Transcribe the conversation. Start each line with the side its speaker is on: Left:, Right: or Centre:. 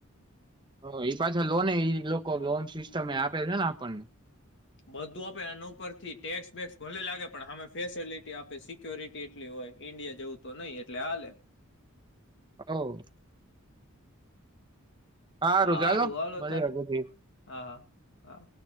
Right: હ એ પાછા લોન એ લોકો લોન સિસ્ટમ એ આપે છે ને આપણને
Left: બધું આપે અને ઉપરથી ટેક્સ બેેક્સ ભલે લાગે પણ હમે ફેસિલિટી આપે સિક્યોરિટી એટલી હોય ઈન્ડિયા જવું તો નહીિ એટલે હાલે
Right: હ સારું
Left: હાારુંવાલોો
Right: ચાલો મળીએ
Left: તાર
Right: પછી
Left: હા હા